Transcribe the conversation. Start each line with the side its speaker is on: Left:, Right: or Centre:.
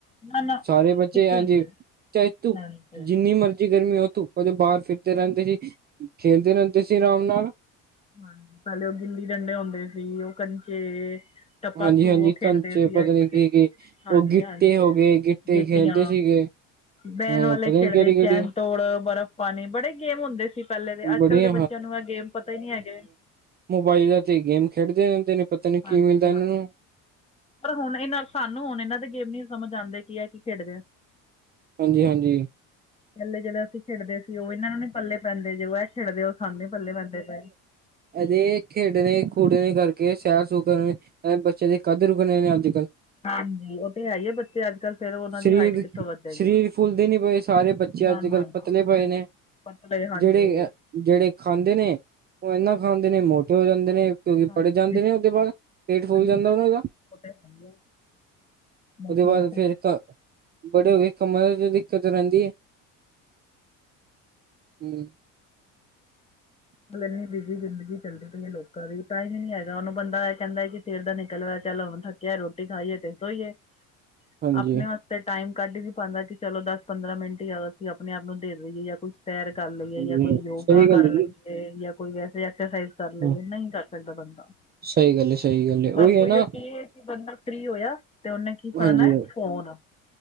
Left: ਨਾ ਨਾ
Right: ਸਾਰੇ ਬੱਚੇ
Left: ਕਿੱਥੇ
Right: ਹਾਂਜੀ,
Left: ਹੁੰਦੇ
Right: ਚਾਹੇ ਤੂੰ
Left: ਹਾਂਜੀ ਖੇਡਣ
Right: ਜਿੰਨੀ ਮਰਜ਼ੀ ਗਰਮੀ ਹੋਏ ਧੁੱ ਉਦੋਂ ਬਾਰ ਫਿਰਦੇ ਰਹਿੰਦੇ ਸੀ, ਖੇਲਦੇ ਰਹਿੰਦੇ ਸੀ ਆਰਾਮ ਨਾਲ਼।
Left: ਹਾਂਜੀ ਪਹਿਲੇ ਉਹ ਗੂਲੀ ਡੰਡੇ ਹੁੰਦੇ ਸੀ ਉਹ ਘੜਕੇ ਟੱਪਾ
Right: ਹਾਂਜੀ
Left: ਸੂ
Right: ਹਾਂਜੀ
Left: ਉਹ ਖੇਡਦੇ
Right: ਕੰਚੇ
Left: ਸੀ,
Right: ਪਤਾ
Left: ਅ
Right: ਨੀ ਕੀ ਕੀ
Left: ਹਾਂਜੀ
Right: ਉਹ ਗਿੱਟੇ
Left: ਹਾਂਜੀ
Right: ਹੋ ਗਏ ਗਿੱਟੇ
Left: ਗੀਟੀਆਂ
Right: ਖੇਲਦੇ ਸੀਗੇ
Left: ਬਹਿਣ
Right: ਹਾਂ
Left: ਵਾਲੇ
Right: ਪਤਾ
Left: ਖੇਡਦੇ
Right: ਨੀ ਕਿਹੜੀ ਕਿਹੜੀ
Left: ਚੈਨ ਤੋੜ ਬਰਫ਼ ਪਾਣੀ ਬੜੇ ਗੇਮ ਹੁੰਦੇ ਸੀ। ਸੀ ਪਹਿਲੇ ਦੇ ਅੱਜ
Right: ਬੜੀ
Left: ਕੱਲ੍ਹ ਦੇ ਬੱਚਿਆਂ ਨੂੰ ਇਹ ਗੇਮ ਪਤਾ ਈ ਨੀ ਹੈਗੇ।
Right: ਮੋਬਾਈਲਾਂ ਤੇ ਗੇਮ ਖੇਡਦੇ ਰਹਿੰਦੇ ਨੇ। ਪਤਾ ਨੀ ਕੀ
Left: ਹਾਂਜੀ
Right: ਮਿਲਦਾ
Left: ਹਾਂ।
Right: ਇਹਨਾਂ ਨੂੰ
Left: ਪਰ ਹੁਣ ਇਹਨਾਂ ਸਾਨੂੰ ਹੁਣ ਇਹਨਾਂ ਦੇ ਗੇਮ ਨੀ ਸਮਝ ਆਦੇ ਕੀ ਇਹ ਕੀ ਖੇਡਦੇ ਨੇ।
Right: ਹਾਂਜੀ ਹਾਂਜੀ।
Left: ਪਹਿਲੇ ਜਿਹੜਾ ਅਸੀਂ ਖੇਡਦੇ ਸੀ ਉਹ ਇਹਨਾਂ ਨੂੰ ਨੀ ਪੱਲੇ ਪੈਂਦੇ ਜੇ ਖੇਡਦੇ ਉਹ ਸਾਨੂੰ ਨੀ ਪੱਲੇ ਪੈਂਦੇ ਪਏ।
Right: ਅਜੇ ਖੇਡਣੇ ਖੂਡਣੇ ਕਰਕੇ ਸਾਹ ਸੁਕਣ ਅ ਬੱਚਿਆਂ ਦੇ ਕੱਦ ਰੁਕਣੇ ਨੇ ਅੱਜ ਕੱਲ੍ਹ
Left: ਹਾਂਜੀ ਉਹ ਤੇ ਹੈ ਈ ਐ ਬੱਚੇ ਅੱਜ ਕਲ੍ਹ ਫਿਰ ਉਹਨਾਂ
Right: ਸਰੀਰ
Left: ਦੀ ਹਾਈਟ ਕਿੱਥੋਂ ਵੱਧੇਗੀ।
Right: ਸਰੀਰ ਫੁੱਲਦੇ ਨੀ ਪਏ ਸਾਰੇ ਬੱਚੇ
Left: ਨਾ-ਨਾ-ਨਾ
Right: ਅੱਜ ਕੱਲ੍ਹ ਪਤਲੇ ਪਏ
Left: ਹਾਂਜੀ
Right: ਨੇ
Left: ਪਤਲੇ ਹਾਂਜੀ
Right: ਜਿਹੜੇ ਜਿਹੜੇ ਖਾਂਦੇ ਨੇ, ਉਹ ਏਨਾ ਖਾਂਦੇ ਨੇ ਮੋਟੇ ਹੋ ਜਾਂਦੇ ਨੇ। ਤੇ
Left: ਹਾਂਜੀ
Right: ਪੜ ਜਾਂਦੇ ਨੇ ਉਹਦੇ ਬਾਦ, ਪੇਟ
Left: ਹਾਂਜੀ
Right: ਫੁੱਲ ਜਾਂਦਾ
Left: ਹਾਂਜੀ
Right: ਉਹਨਾਂ ਦਾ।
Left: ਉਹ ਤਾਂ ਹੈ ਹੀ ਆ ਵੈਸੇ
Right: ਉਹਦੇ ਬਾਅਦ
Left: ਮਤਲਬ
Right: ਫਿਰ ਇ ਬੜੇ ਹੋ ਗਏ ਕੰਮਾਂ ਦਿੱਕਤ ਰਹਿੰਦੀ ਏ, ਹੂੰ।
Left: ਇੰਨੀ ਬਿਜ਼ੀ ਜ਼ਿੰਦਗੀ ਚੱਲਦੀ ਪਈ ਏ ਲੋਕ ਕਦੇ ਤਾਂ ਐ ਵੀ ਨੀ ਹੈਗਾ ਉਹਨੂੰ ਬੰਦਾ ਕਹਿੰਦਾ ਕਿ ਸਿਰ ਦਾ ਨਿਕਲ ਰਿਹਾ ਚੱਲ ਹੁਣ ਥੱਕਿਆ ਰੋਟੀ ਖਾਈਏ ਤੇ ਸੋਈਏ।
Right: <inaudible> ਹਾਂਜੀ
Left: ਆਪਣੇ ਵਾਸਤੇ ਟਾਈਮ ਕੱਢ ਈ ਨ੍ਹੀਂ ਪਾਂਦਾ ਕਿ ਚਲੋ ਦਸ ਪੰਦਰਾਂ ਮਿੰਟ ਈ ਜਾ ਸੀਂ ਆਪਣੇ ਆਪ ਨੂੰ ਦੇ ਦੇਵੇ ਜਾਂ ਕੋਈ ਸੈਰ ਕਰ ਲਵੇ
Right: ਹਾਂਜੀ
Left: ਜਾਂ ਕੋਈ ਯੋਗਾ
Right: ਸਹੀ ਗੱਲ
Left: ਕਰ
Right: ਹੈ
Left: ਲਵੇ
Right: ਜੀ
Left: ਜਾਂ ਕੋਈ ਵੈਸੇ ਐਕਸਰਸਾਈਜ਼ ਕਰ
Right: ਹਾਂ
Left: ਲਵੇ ਨਈ ਕਰ ਸਕਦਾ ਬੰਦਾ
Right: ਸਹੀ ਗੱਲ ਹੈ ਸਹੀ ਗੱਲ ਹੈ ਉਹੀ
Left: ਬਸ
Right: ਹੈ
Left: ਉਹੀਓ
Right: ਨਾ
Left: ਕੀ ਹੈ ਕਿ ਬੰਦਾ ਫ੍ਰੀ ਹੋਇਆ ਤੇ ਉਹਨੇ ਕੀ ਫੜਨਾ
Right: ਹਾਂਜੀ
Left: ਫੋਨ।